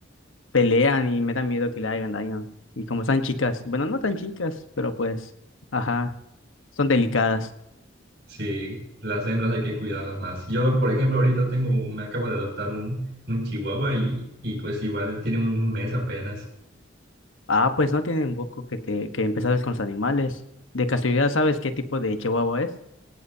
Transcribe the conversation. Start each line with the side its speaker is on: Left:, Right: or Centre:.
Left: pelean y me da miedo que le hagan daño. Y como están chicas, bueno, no tan chicas, pero pues, ajá, son delicadas.
Right: Sí, las hembras hay que cuidarlas más. Yo, por ejemplo, ahorita tengo, me acabo de adoptar un, un chihuahua y, y pues igual tiene un mes apenas.
Left: Ah, pues no tienen poco que te que empezaras con los animales. De casualidad, ¿sabes qué tipo de chihuahua es?